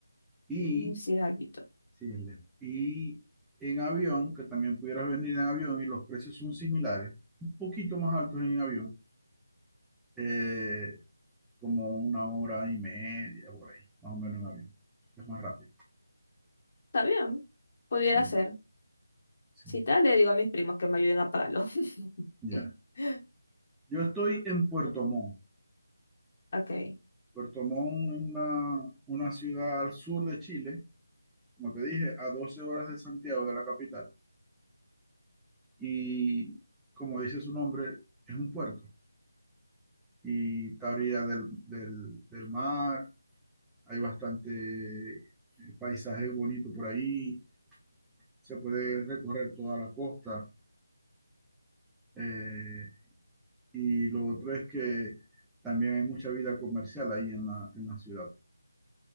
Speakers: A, in the centre; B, on the left (about 40°).
A: Y,
B: Mm, Sí, es algo.
A: sí, es lejos. y en avión, que también pudieras venir en avión y los precios son similares, un poquito más altos en avión, eh, como una hora y media por ahí, más o menos en avión. Es más rápido.
B: Está bien, pudiera
A: Sí,
B: ser.
A: sí,
B: Si tal, le digo a mis primos que me ayuden a pagarlo.
A: ya.
B: <laughs>
A: Yo estoy en Puerto Montt.
B: Ok.
A: Puerto Montt es una, una ciudad al sur de Chile, como te dije, a 12 horas de Santiago, de la capital. y como dice su nombre, es un puerto y está a orilla del, del, del mar, hay bastante eh, paisaje bonito por ahí, se puede recorrer toda la costa eh, y lo otro es que también hay mucha vida comercial ahí en la, en la ciudad.